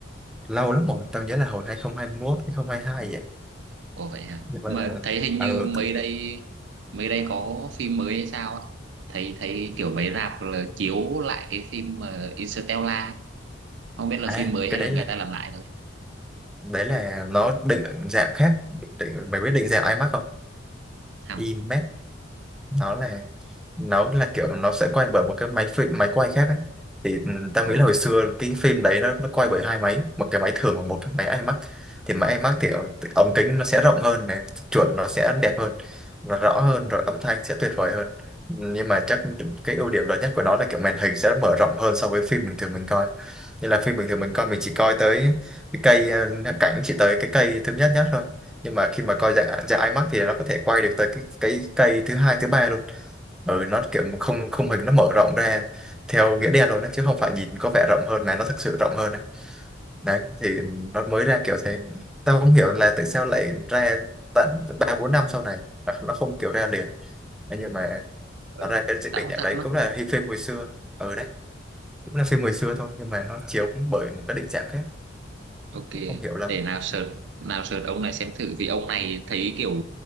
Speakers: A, in the centre; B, on the right (about 65°).
A: lâu lắm rồi tao nhớ là hồi 2021 2022 vậy
B: ồ vậy hả
A: nhưng mà
B: mà thấy hình
A: ừ.
B: như mấy đây mấy đây có phim mới hay sao á thấy thấy kiểu mấy rạp là chiếu lại cái phim mà Interstellar ấy. không biết là
A: à
B: phim mới
A: cái
B: hay
A: đấy
B: là người
A: là
B: ta làm lại thôi
A: đấy là nó định dạng khác định, định mày biết định dạng IMAC không
B: hầm
A: IMAC nó là nó là kiểu nó sẽ quay bởi một cái máy phim máy quay khác ấy thì ừm, tao
B: ồ
A: nghĩ là hồi xưa cái phim đấy nó nó quay bởi hai máy một cái máy thường và một cái máy IMAX thì máy IMAX thì ống ống kính nó sẽ rộng hơn này chuẩn nó sẽ đẹp hơn nó rõ hơn rồi âm thanh sẽ tuyệt vời hơn nhưng mà chắc cái ưu điểm lớn nhất của nó là kiểu màn hình sẽ mở rộng hơn so với phim bình thường mình coi như là phim bình thường mình coi mình chỉ coi tới cái cây ờ, cảnh chỉ tới cái cây thứ nhất nhất thôi nhưng mà khi mà coi dạng dạng IMAX thì nó có thể quay được tới cái cái cây thứ hai thứ ba ừ, nó kiểu không khung hình nó mở rộng ra theo nghĩa đen luôn đấy chứ không phải nhìn có vẻ rộng hơn mà nó thực sự rộng hơn đấy, đấy thì nó mới ra kiểu thế tao không hiểu là tại sao lại ra tận ba bốn năm sau này Hoặc nó không kiểu ra liền Thế nhưng mà
B: ừ.
A: nó ra cái
B: tao
A: định
B: cũng
A: dạng
B: thắc
A: đấy
B: mắc
A: cũng là hi- phim hồi xưa ừ đấy cũng là phim hồi xưa thôi nhưng mà nó chiếu bởi một cái định dạng khác
B: ok
A: cũng không hiểu lắm
B: để nào search nào search ông này xem thử vì ông này thấy kiểu